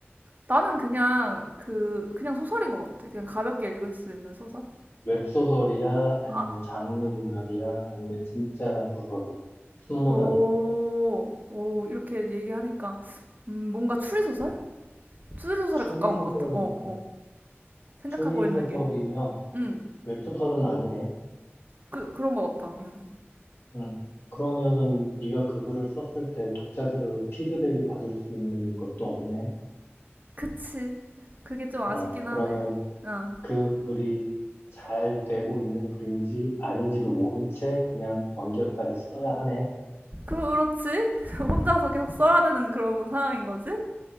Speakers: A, on the right (about 40°); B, on the left (about 60°).
A: 나는 그냥 그 그냥 소설인 것 같아. 그냥 가볍게 읽을 수 있는 소설.
B: 웹소설이야? 아니면
A: 아,
B: 장르 문학이야? 아니면 진짜 소설이야? 순문학이야?
A: 오, 오 이렇게 얘기하니까 음, 뭔가 추리 소설? 추리 소설에
B: 추리소설이면,
A: 가까운 것 같아. 어, 어. 생각하고
B: 추리소설이면
A: 있는 게, 음,
B: 웹소설은 아니네.
A: 그 그런 것 같아. 음,
B: 응. 그러면은 네가 그 글을 썼을 때 독자들의 피드백을 받을 수 있는 것도 없네.
A: 그치. 그게 좀 아쉽긴
B: 어, 그러면
A: 하네. 어,
B: 그 글이 잘 되고 있는 글인지 아닌지도 모른 채 그냥 완결까지 써야 하네.
A: 그 그렇지. <laughs> 혼자서 계속 써야 되는 그런 상황인 거지.